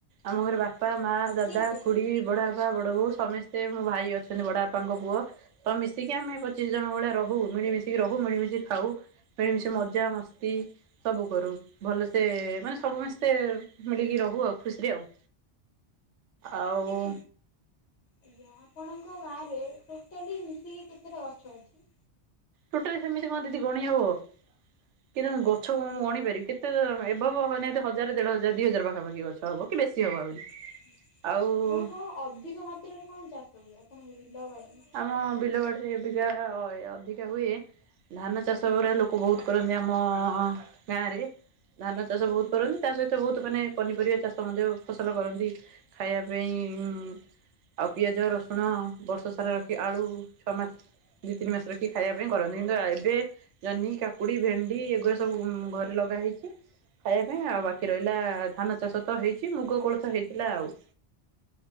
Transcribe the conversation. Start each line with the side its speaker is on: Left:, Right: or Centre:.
Right: ଆମ ଘରେ ବାପା, ମାଆ, ଦାଦା,
Left: କିଏ କିଏ
Right: ଖୁଡ଼ି, ବଡ଼ା ବା ବାପ, ବଡ଼ବୋଉ, ସମସ୍ତେ ମୋ ଭାଇ ଅଛନ୍ତି। ବଡ ବାପାଙ୍କ ପୁଅ। ତ, ମିଶିକି ଆମେ ପଚିଶ ଜଣ ଭଳିଆ ରହୁ। ମିଳିମିଶିକି ରହୁ, ମିଳିମିଶିକି ଖାଉ। ମିଳି ମିଶି ମଜା, ମସ୍ତି ସବୁ କରୁ ଭଲ ସେ ମାନେ, ସବୁ ମିସ୍ତେ ମିଳିକି ରହୁ ଆଉ ଖୁସିରେ ଆଉ ଆଉ‌।
Left: ଆଉ ଟିକେ ଆଜ୍ଞା। ଆପଣଙ୍କ ଗାଁରେ, ଟୋଟାଲି ମିଶିକି କେତେଟା ଗଛ ଅଛି?
Right: ଟୋଟାଲି, ସେମିତି କଣ ଦିଦି ଗଣି ହବ। କେଜାଣି ଗଛ କଣ ମୁଁ ଗଣିପାରିବି। କେତେ ଏଭବ ନିହାତି ହଜାର, ଦେଢ ହଜାର, ଦି ହଜାର, ପାଖାପାଖି ଗଛ ହବ। କି, ବେଶି ହେବ ଆହୁରି।
Left: ଆପଣଙ୍କ
Right: ଆଉ
Left: ଅଧିକ ମାତ୍ରାରେ କଣ ଚାଷ ହୁଏ। ଆପଣଙ୍କ ବିଲ, ବାଡି,
Right: ଆମ, ବିଲ ବାଡିରେ ଅବିକା ଏ ଅଧିକା ହୁଏ। ଧାନ ଚାଷ ଗୁଡା ଲୋକ ବହୁତ କରନ୍ତି, ଆମ ଗାଁ ରେ। ଧାନ ଚାଷ ବହୁତ କରନ୍ତି, ତା ସହିତ ବହୁତ ମାନେ ପନିପରିବା ଚାଷ ମଧ୍ୟ ଫସଲ କରନ୍ତି। ଖାଇବା ପାଇଁ, ଆଉ ପିଆଜ, ରସୁଣ, ବର୍ଷ ସାରା ରଖି ଆଳୁ, ଛଅ ମାସ ଦିଇ, ତିନି ମାସ ରଖିକି ଖାଇବା ପାଇଁ କରନ୍ତି। କିନ୍ତୁ ଏବେ ଜହ୍ନି, କାକୁଡି, ଭେଣ୍ଡି, ଏଗୁଡା ସବୁ ଘରେ ଲଗା ହେଇଚି। ଖାଇବା ପାଇଁ। ଆଉ ବାକି ରହିଲା, ଧାନ ଚାଷ ତ ହେଇଛି। ମୁଗ, କୋଳଥ ହେଇଥିଲା ଆଉ